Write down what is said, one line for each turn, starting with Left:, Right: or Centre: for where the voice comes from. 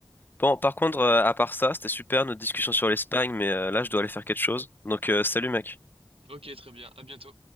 Left: Bon, par contre, euh, à part ça, c'était super notre discussion sur l'Espagne, mais euh, là, je dois aller faire quelque chose. Donc, euh, salut, mec.
Right: euh. Ok, très bien, à bientôt.